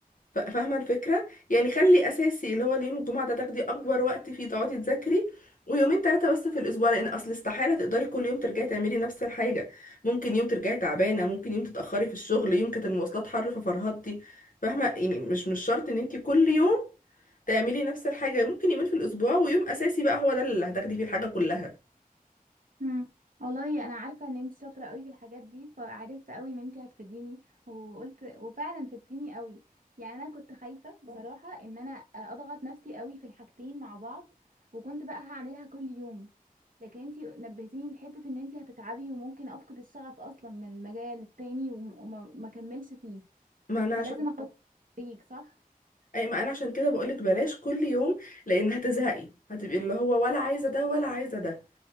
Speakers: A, on the left; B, on the right.
A: ف- فاهمة الفكرة؟ يعني خلي أساسي اللي هو اليوم الجمعة ده تاخدي أكبر وقت فيه تقعدي تذاكري ويومين تلاتة بس في الأسبوع لأن أصل استحالة تقدري كل يوم ترجعي تعملي نفس الحاجة ممكن يوم ترجعي تعبانة ممكن يوم تتأخري في الشغل يوم كانت المواصلات حر ففرهدتي فاهمة يعني مش مش شرط إن انتي كل يوم تعملي نفس الحاجة ممكن يومين في الأسبوع ويوم أساسي بقى هو ده اللي هتاخدي فيه الحاجة كلها
B: مم. والله انا عارفه ان انت شاطره قوي في الحاجات دي فعرفت قوي ان انت هتفيديني وقلت وفعلا فدتيني قوي يعني انا كنت خايفه بصراحه ان انا اضغط نفسي قوي في الحاجتين مع بعض وكنت بقى هعملها كل يوم لكن انت نبهتيني لحته ان انت هتتعبي وممكن افقد الشغف اصلا من المجال التاني وم- وما ما اكملش فيه
A: ما أنا
B: فلازم
A: عشان
B: اخد بريك صح
A: أي ما أنا عشان كده بقولك بلاش كل يوم لأن هتزهقي هتبقي اللي هو ولا عايزة ده ولا عايزة ده